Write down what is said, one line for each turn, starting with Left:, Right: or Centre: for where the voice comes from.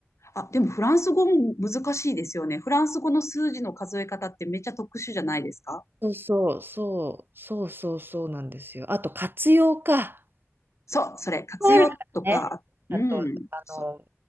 Left: あ、でもフランス語も難しいですよね。フランス語の数字の数え方ってめっちゃ特殊じゃないですか
Right: そうそうそう、そうそうそうなんですよ。あと活用か。
Left: そう、それ、活用とか、
Right: あるからね。
Left: うん、
Right: あと、あの、
Left: そ